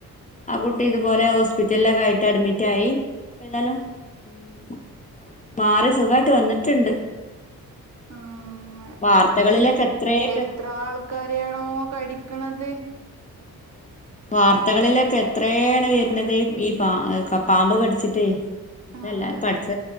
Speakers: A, on the left; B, on the right.
A: ആ കുട്ടി ഇതുപോലെ ഹോസ് പിറ്റലിലൊക്കെ ആയിട്ട് അഡ്മിറ്റ് ആയി ഇപ്പ ഏതാലും ഉം മാറി സുഖായിട്ട് വന്നിട്ടുണ്ട്
B: ആ
A: വാർത്തകളിലൊക്കെ
B: അന്നതന്നെ
A: എത്രേ
B: എത്ര ആൾക്കാരെ ആണോ കടിക്ക്ണത്
A: വാർത്തകളിലൊക്കെ എത്രയേണ് വരുന്നത് ഈ പ പാമ്പ് കടിച്ചിട്ടെ എന്തല്ലാരും
B: ആഹ് ആഹ്
A: പഠിച്ച